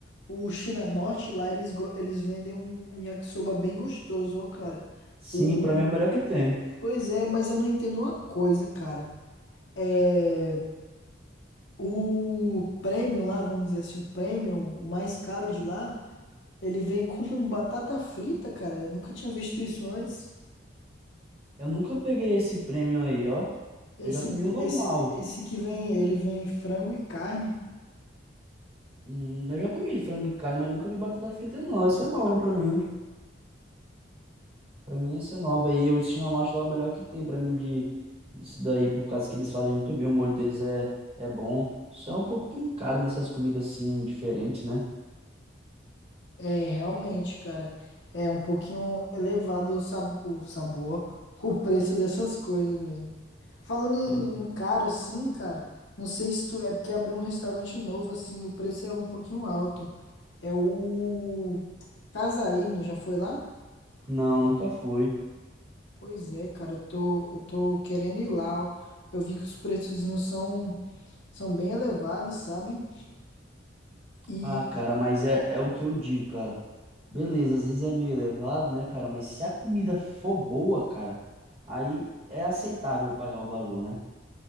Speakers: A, on the left (about 75°); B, on the right (about 30°).
A: o China Norte lá, eles, go- eles vendem um, um yakisoba bem gostoso, ó, cara.
B: Sim,
A: O...
B: pra mim é o melhor que tem.
A: Pois é, mas eu não entendo uma coisa, cara. É... O premium lá, vamos dizer assim, o premium, o mais caro de lá, ele vem com <laughs> batata frita, cara. Eu nunca tinha visto isso antes.
B: Eu nunca peguei esse prêmio aí, ó.
A: Esse,
B: Eu já comi o normal.
A: esse, esse que vem, ele vem frango e carne.
B: Hum, eu já comi de frango e carne, mas nunca vi batata frita, não. Essa é nova pra mim. Pra mim, essa é nova. E o Destino à Morte lá é o melhor que tem pra mim de, disso daí, por causa que eles fazem muito bem. O molho deles é, é bom. Só é um pouquinho caro nessas comidas assim, diferentes, né?
A: É, realmente, cara, é um pouquinho elevado o, sab o sabor, <laughs> o preço dessas coisas mesmo. Falando em,
B: Pois é.
A: em caro assim, cara, não sei se tu, é porque abriu um restaurante novo assim, e o preço é um pouquinho alto. É o Casarino, já foi lá?
B: Não, nunca foi.
A: Pois é, cara, eu tô, eu tô querendo ir lá, ó. Eu vi que os preçozinhos são, são bem elevados, sabe? E
B: Ah, cara, mas é, é o que eu digo, cara. Beleza, às vezes é meio elevado, né, cara? Mas se a comida for boa, cara, aí é aceitável pagar o valor, né?